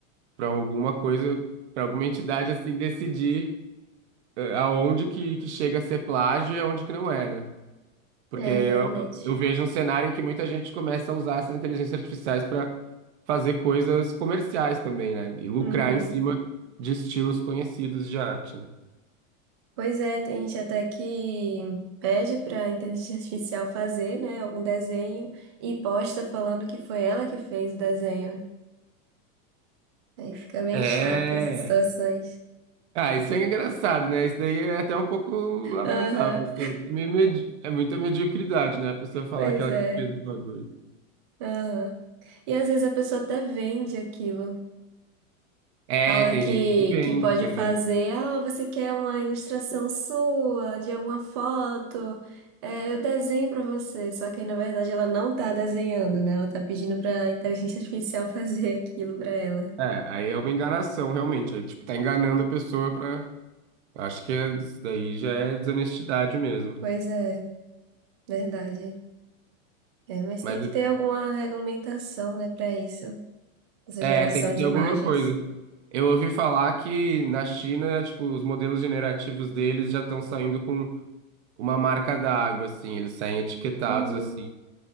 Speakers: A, on the right; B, on the right.
A: para alguma coisa, para alguma entidade, assim, decidir eh, aonde que, que chega a ser plágio e aonde que não é, né? Porque
B: é,
A: eu,
B: realmente.
A: eu vejo um cenário em que muita gente começa a usar essas inteligências artificiais para fazer coisas comerciais também, né? E lucrar
B: Uhum.
A: em cima de estilos conhecidos de arte, né?
B: Pois é, tem gente até que pede para a inteligência artificial fazer, né, algum desenho e posta falando que foi ela que fez o desenho. Aí fica bem
A: É.
B: chata essas situações.
A: Ah, isso é engraçado, né? Isso daí é até um pouco lamentável,
B: Aham,
A: assim. É meio medi- é muita mediocridade, né? A pessoa falar
B: pois
A: que ela
B: é.
A: que fez o bagulho.
B: Aham. E às vezes a pessoa até vende aquilo.
A: É,
B: Fala
A: tem
B: que,
A: gente que vende
B: que pode
A: também.
B: fazer, ah, você quer uma ilustração sua, de alguma foto, É, eu desenho pra você. Só que aí, na verdade, ela não tá desenhando, né? Ela tá pedindo pra inteligência artificial <laughs> fazer aquilo pra ela.
A: É, aí é uma enganação, realmente. Aí, tipo, tá enganando a pessoa pra. Eu Acho que é- isso daí já é desonestidade mesmo.
B: Pois é, verdade. É, mas
A: Mas
B: tem que ter alguma regulamentação, né, pra isso, essa
A: É,
B: geração
A: tem que
B: de
A: ter alguma
B: imagens.
A: coisa. Eu ouvi falar que na China, tipo, os modelos generativos deles já estão saindo com uma marca d'água, assim, eles saem etiquetados
B: Hum,
A: assim.